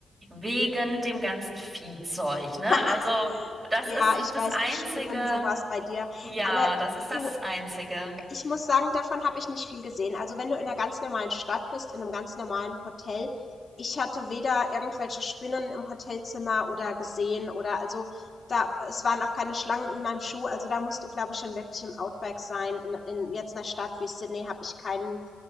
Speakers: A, on the right; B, on the left.
A: wegen dem ganzen Viehzeug, ne?
B: <laughs>
A: Also das
B: Ja,
A: ist
B: ich
A: das
B: weiß,
A: Einzige,
B: die spinnen sowas bei dir.
A: ja,
B: Aber
A: das ist
B: du
A: das Einzige.
B: ich muss sagen, davon habe ich nicht viel gesehen. Also wenn du in einer ganz normalen Stadt bist, in einem ganz normalen Hotel ich hatte weder irgendwelche Spinnen im Hotelzimmer oder gesehen oder also, da es waren auch keine Schlangen in meinem Schuh. Also, da musst du, glaube ich, schon wirklich im Outback sein. In in jetzt einer Stadt wie Sydney habe ich keinen,